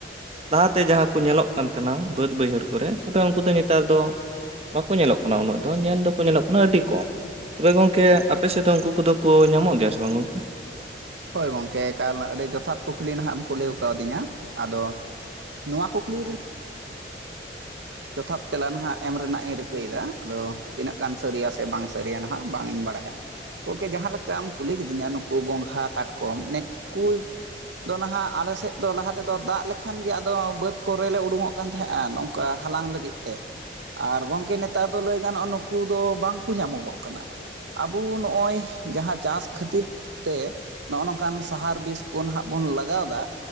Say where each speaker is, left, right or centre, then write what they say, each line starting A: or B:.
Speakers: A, on the right; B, on the right.
A: ᱞᱟᱦᱟᱛᱮ ᱡᱟᱦᱟᱸ ᱠᱚ ᱧᱮᱞᱚᱜ ᱠᱟᱱ ᱛᱟᱦᱮᱸᱱᱟ ᱵᱟᱹᱫ ᱵᱟᱹᱭᱦᱟᱹᱲ ᱠᱚᱨᱮ ᱛᱚᱵᱮ ᱩᱱᱠᱩ ᱫᱚ ᱱᱮᱛᱟᱨ ᱫᱚ ᱵᱟᱠᱚ ᱧᱮᱞᱚᱜ ᱠᱟᱱᱟ ᱩᱱᱟᱹᱜ ᱫᱚ ᱧᱮᱞ ᱫᱚᱠᱚ ᱧᱮᱞᱚᱜ ᱠᱟᱱᱟ ᱟᱹᱰᱤ ᱠᱚᱢ᱾ ᱛᱚᱵᱮ ᱜᱚᱢᱠᱮ ᱟᱯᱮ ᱥᱮᱫ ᱫᱚ ᱩᱱᱠᱩ ᱠᱚᱫᱚ ᱠᱚ ᱧᱟᱢᱚᱜ ᱜᱮᱭᱟ ᱥᱮ ᱵᱟᱝ ᱜᱚᱢᱠᱮ?
B: ᱦᱳᱭ ᱜᱚᱢᱠᱮ ᱮᱠᱟᱞ ᱟᱹᱰᱤ ᱡᱚᱛᱷᱟᱛ ᱠᱩᱠᱞᱤ ᱱᱟᱦᱟᱜ ᱮᱢ ᱠᱩᱞᱤ ᱠᱟᱣᱫᱤᱧᱟ ᱟᱫᱚ ᱱᱚᱣᱟ ᱠᱩᱠᱞᱤ ᱨᱮᱱᱟᱜ ᱡᱚᱛᱷᱟᱛ ᱛᱮᱞᱟ ᱱᱟᱦᱟᱜ ᱮᱢ ᱨᱮᱱᱟᱜ ᱤᱧ ᱨᱤᱠᱟᱹᱭᱮᱫᱟ ᱟᱫᱚ ᱛᱤᱱᱟᱹᱜ ᱜᱟᱱ ᱥᱟᱹᱨᱤᱭᱟ ᱥᱮ ᱵᱟᱝ ᱥᱟᱹᱨᱤᱭᱟ ᱱᱟᱦᱟᱜ ᱵᱟᱝ ᱤᱧ ᱵᱟᱲᱟᱭᱟ᱾ ᱜᱚᱢᱠᱮ ᱡᱟᱦᱟᱸ ᱞᱮᱠᱟᱢ ᱠᱩᱞᱤ ᱠᱤᱫᱤᱧᱟ ᱱᱩᱠᱩ ᱜᱚᱸᱜᱷᱟ ᱠᱟᱴᱠᱚᱢ ᱱᱩᱠᱩ ᱟᱫᱚ ᱱᱟᱦᱟᱜ ᱟᱞᱮ ᱥᱮᱫ ᱫᱚ ᱞᱟᱦᱟ ᱛᱮᱫᱚ ᱫᱟᱜ ᱞᱮᱠᱷᱟᱱ ᱜᱮ ᱟᱫᱚ ᱵᱟᱹᱫᱽ ᱠᱚᱨᱮ ᱞᱮ ᱩᱰᱩᱠᱚᱜ ᱠᱟᱱ ᱛᱟᱦᱮᱸᱫ᱾ ᱱᱚᱝᱠᱟ ᱦᱟᱞᱟᱝ ᱞᱟᱹᱜᱤᱫ ᱛᱮ᱾ ᱟᱨ ᱜᱚᱢᱠᱮ ᱱᱮᱛᱟᱨ ᱫᱚ ᱞᱟᱹᱭ ᱜᱟᱱᱚᱜᱼᱟ ᱱᱩᱠᱩ ᱫᱚ ᱵᱟᱝᱠᱚ ᱧᱟᱢᱚᱜᱚᱜ ᱠᱟᱱᱟ᱾ ᱟᱵᱚ ᱱᱚᱜᱼᱚᱭ ᱡᱟᱦᱟᱸ ᱪᱟᱥ ᱠᱷᱟᱹᱛᱤᱨ ᱛᱮ ᱱᱚᱜᱼᱚ ᱱᱚᱝᱠᱟᱱ ᱥᱟᱦᱟᱨ ᱵᱤᱥ ᱠᱚ ᱱᱟᱦᱟᱜ ᱵᱚᱱ ᱞᱟᱜᱟᱣᱫᱟ